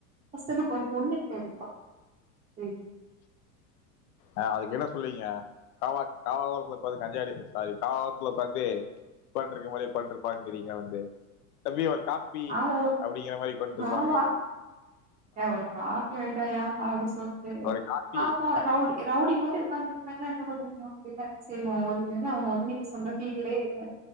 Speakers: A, on the right; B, on the left.
A: ஃபர்ஸ்ட் அத ஒரு பொண்ணுகிட்ட எதிர்பாக்கு
B: ஆ அதுக்கு என்ன சொல்வீங்க காவா காவா ஓரத்துல ‌உக்காந்து கஞ்சா அடி சாரி காவா ஓரத்துல ‌உக்காந்து ‌உக்கான்டு இரூக்கிறமாரி உக்காண்டிருப்பாங்கிறீங்க வந்து தம்பி ஒரு காப்பி
A: ஆமா
B: அப்படிங்கிற மாரி உக்காண்டுருப்பாங்க
A: ஆமா ஏ ஒரு காபி வாங்கிட்டு வாயா அப்படின் சொல்லிட்டு
B: ஒரு காப்பி
A: சாம்பார் ரவுடி ரவுடி மாரி உங்காந்திருக்காங்க ‌எப்ப தா குடிப்பாங்க தெரியல சரி ஓ அவுங்க ‌என்ன ‌அவுங்க வந்து நீங்க மிஸ் பண்ணனோ பீரீயடோ இல்ல